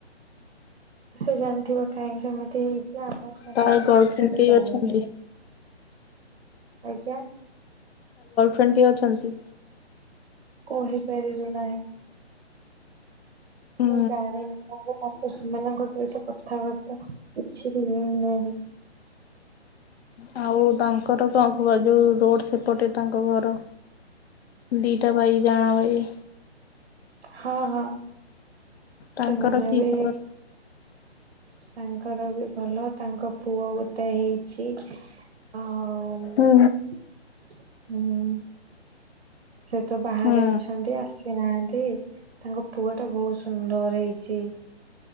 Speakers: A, on the right; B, on the left.
A: ସେ ଜାଣିଥିବ କାଇଁ ସେମିତି ହେଇଚି ସିଏ ଆମେ ସେମାନଙ୍କ
B: ତା ଗର୍ଲଫ୍ରେଣ୍ଡ
A: ବିଷୟ ତ
B: କେହି
A: ଜାଣିନି,
B: ଅଛନ୍ତି?
A: ଆଜ୍ଞା
B: ଫେଣ୍ କିଏ ଅଛନ୍ତି?
A: କହିପାରିବି ନାହିଁ
B: ହୁଁ।
A: ମୁଁ ଜାଣିନି ତା କଥା ତା ସେମାନଙ୍କ ସହିତ କଥାବାର୍ତ୍ତା କିଛି ବି ନାହିଁ
B: ହଁ ଆଉ ତାଙ୍କର କଣ ଖବର ଯୋଉ ରୋଡ ସେପଟେ ତାଙ୍କ ଘର ଦିଟା ଭାଇ ଯାଆଁଳା ଭାଇ
A: ହଁ ହଁ ସେମାନେ
B: ତାଙ୍କର କି
A: ବି
B: ଖବର?
A: ତାଙ୍କର ବି ଭଲ ତାଙ୍କ ପୁଅ ଗୋଟେ ହେଇଛି ଆଉ ହଁ
B: ହୁଁ
A: ହୁଁ ସେ ତ ବାହାରେ
B: ହୁଁ
A: ଅଛନ୍ତି ଆସି ନାହାନ୍ତି ତାଙ୍କ ପୁଅ ଟା ବହୁତ ସୁନ୍ଦର ହେଇଛି।